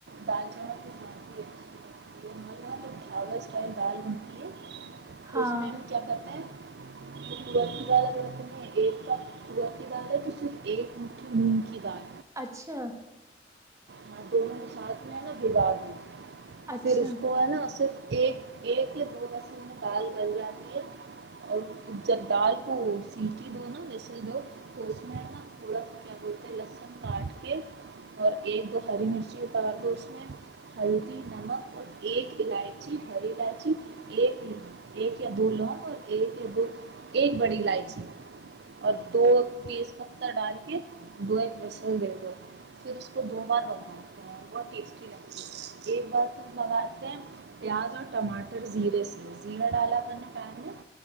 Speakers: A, on the right (about 60°); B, on the right (about 15°).
A: دال چاوول توسانتی ہے اچھی یہ ہم نا تو ڈھاا اسٹائل دال بنتی ہے تو
B: ہاں
A: اس میں کیا کرتا تو کڑا کی دال اگر اپ میں ایک کپ کڑا کی دال ہے تو صرف ایک مٹھی نونگ کی دال
B: اچھا
A: ہاں دونوں کے ساتھ میں نا بگا دوں
B: اچھا
A: پھر اس کو ہے نا صرف ایک ایک یا دو بصل میں دال گل جاتی ہے اور جب دال کو سیٹی دو نا مسل دو تو اس میں ہے نا تھوڑا سا کیا بولتے ہیں لہسن کاٹ اور ایک دو ہری مرچیتار دو اس میں ہلدی نمک اور ایک الائچی ہری الائچی ایک ایک یا دو لونگ اور ایک یا دو ایک بڑی الائچی اور دو تیز پتتا ڈال کے دو ایک رسل دے دو پھر اس کو دو بار وگاتے ہیں بہت ٹیسٹی لگتی ہے ایک بار تو ہم بگاتے ہیں پیاز اور ٹماٹر زیرے سے زیرہ ڈالا کرنا پیر میں